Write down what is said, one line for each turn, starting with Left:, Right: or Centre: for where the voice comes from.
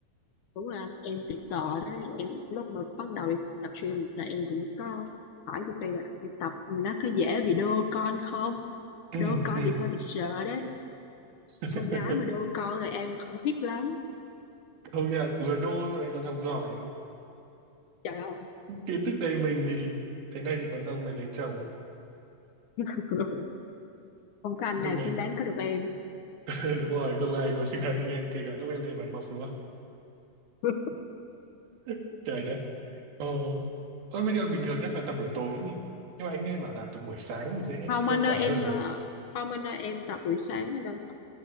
Left: đúng là em bị sợ đó em lúc mà bắt đầu đi tập gym là em cũng có hỏi đi là đi tập nó có dễ bị đô con không
Right: ừ,
Left: đô con
Right: ừ.
Left: thì hơi bị sợ đấy
Right: <laughs>
Left: con gái mà đô con là em không thích lắm
Right: công nhận vừa đô mà lại còn học giỏi
Left: trời ơi
Right: kiến thức đầy mình thì thế này thì còn lâu mới lấy chồng
Left: <laughs> không có anh
Right: lúc
Left: nào
Right: đấy
Left: xứng đáng có được em
Right: <laughs> đúng rồi không ai có xứng đáng được em kể cả lúc em đầy bản mộc luôn
Left: <laughs>
Right: <laughs> trời đất Ờ, tôi bây giờ bình thường chắc là tập buổi tối nhỉ. Nhưng mà anh nghe bảo là tập buổi sáng thì sẽ
Left: không
Right: hiệu
Left: anh
Right: quả
Left: ơi em
Right: hơn rồi.
Left: ờ, không anh ơi em tập buổi sáng anh ơi